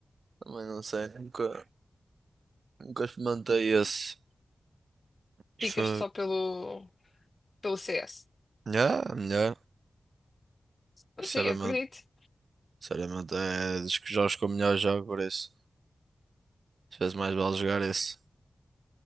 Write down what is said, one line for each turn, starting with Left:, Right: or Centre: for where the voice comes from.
Right: Também não sei. Nunca, nunca experimentei esse. Fuck.
Left: Ficas só pelo, pelo CS.
Right: Yeah, melhor.
Left: Eu
Right: Sinceramente.
Left: sei, eu acredito.
Right: Sinceramente, é dos que jogos que eu melhor jogo por isso. Às vezes mais vale jogar esse.